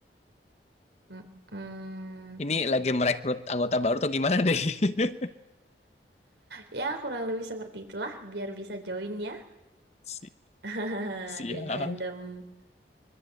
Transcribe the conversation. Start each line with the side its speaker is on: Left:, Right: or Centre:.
Right: Mm-mm.
Left: ini lagi merekrut anggota baru atau gimana deh? <laughs>
Right: Ya, kurang lebih seperti itulah, biar bisa join ya.
Left: Si-
Right: <laughs>
Left: Siap.
Right: Join fandom.